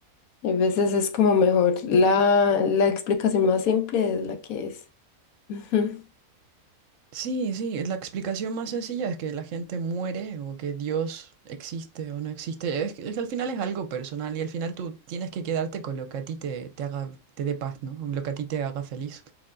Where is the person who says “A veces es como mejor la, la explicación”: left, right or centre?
Left